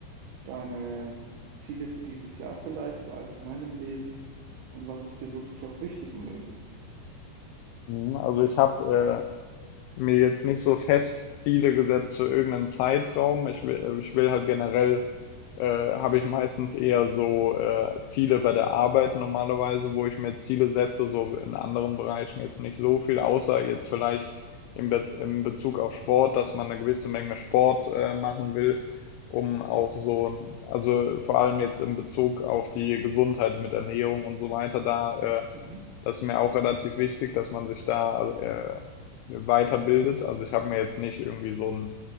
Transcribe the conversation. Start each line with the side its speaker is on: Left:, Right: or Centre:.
Right: deine Ziele für dieses Jahr vielleicht oder allgemein im Leben? Und was ist dir wirklich auch wichtig im Leben?
Left: Mhm. Also ich habe äh, mir jetzt nicht so fest Ziele gesetzt für irgendeinen Zeitraum. Ich will, ich will halt generell äh, habe ich meistens eher so äh, Ziele bei der Arbeit normalerweise, wo ich mir Ziele setze, so in anderen Bereichen jetzt nicht so viel, außer jetzt vielleicht im, Bez im Bezug auf Sport, dass man eine gewisse Menge Sport äh, machen will, um auch so, ein- also vor allem jetzt im Bezug auf die Gesundheit mit Ernährung und so weiter, da äh,
Right: Mhm.
Left: das ist mir auch relativ wichtig, dass man sich da also, äh, weiterbildet. Also ich habe mir jetzt nicht irgendwie so ein,